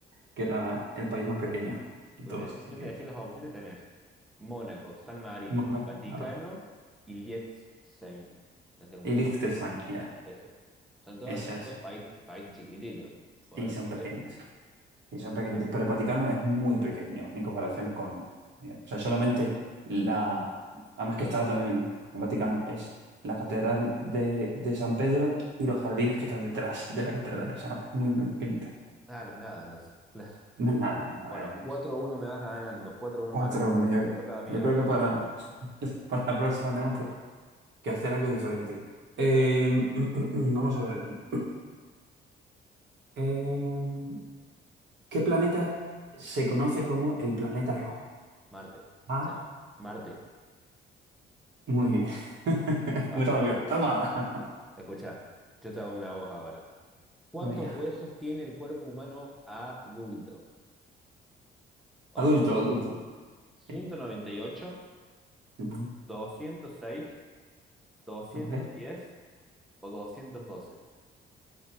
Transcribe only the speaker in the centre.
Porque
mira,
yo
te decía las opciones, tenés Mónaco, San Marino,
Vaticano
y Liechtenstein. No sé cómo
se
llama.
Ese. Son todos,
son
todos países, países chiquititos. Podés-
podés
llegar.
Bueno,
ok.
Ah, no es nada, entonces. Claro.
Bueno,
4-1 me vas ganando. 4 uno
me vas ganando.
Me toca a mí
ahora
responder.
Marte.
Chao. Marte.
Fácil,
fácil.
Escuchá, yo te hago una voz ahora. ¿Cuántos
huesos tiene el cuerpo humano adulto? Opciones.
ciento
noventa y ocho
doscientos seis doscientos
diez o 212?